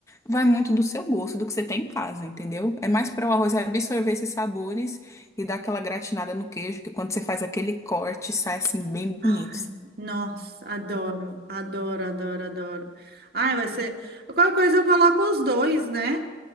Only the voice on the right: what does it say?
Ai, nossa, adoro, adoro, adoro, adoro. Ai, vai ser. Qualquer coisa eu coloco os dois, né?